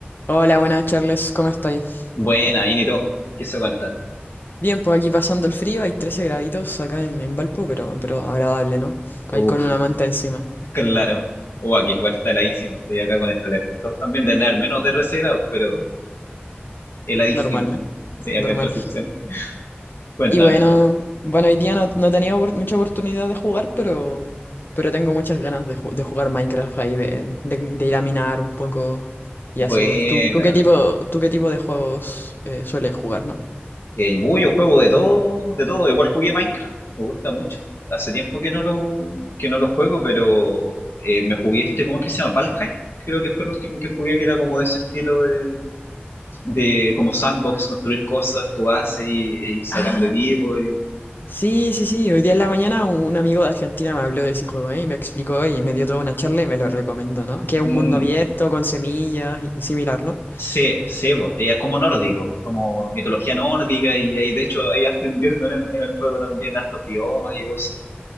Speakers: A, on the left; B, on the left.
A: Hola, buenas Charles, ¿cómo estáis?
B: Buena, bien, ¿y tú? ¿Qué se cuenta?
A: Bien, pues aquí pasando el frío, hay 13 graditos acá en, en Valpo, pero, pero agradable, ¿no? Ahí
B: Uf,
A: con una manta encima.
B: claro. Uh, aquí igual está heladísimo. Estoy acá con el calefactor también, de tener menos de 13 grados, pero heladísimo.
A: Normal, ¿no?
B: <laughs> Sí, acá
A: Normal.
B: en Concepción. Cuéntame.
A: Y bueno, bueno, hoy día no, no he tenido opor- mucha oportunidad de jugar, pero, pero tengo muchas ganas de, ju- de jugar Minecraft ahí, de, de, de ir a minar un poco y
B: Buena.
A: así, pues. ¿Tú, tú qué tipo, tú qué tipo de juegos eh, sueles jugar, ¿no?
B: Eh, uy, yo juego de todo, de todo. Igual jugué Minecraft, me gusta mucho. Hace tiempo que no lo, que no lo juego, pero eh, me jugué este, ¿cómo es que se llama? Valheim. Creo que fue el último que jugué, que era como de ese estilo de, de como sandbox, construir cosas, tú haces y, y sacando
A: Ah,
B: equipo y...
A: sí, sí, sí. Hoy día en la mañana un un amigo de Argentina me habló de ese juego, ¿eh? Y me explicó y me dio toda una charla y me lo recomendó, ¿no? Que es un
B: Mm.
A: mundo abierto con semillas y similar, ¿no?
B: Sí, sí, po, y es como nórdico, como mitología nórdica, y, hay- de hecho hay harto invierno en el, en el juego también, hartos biomas y cosas.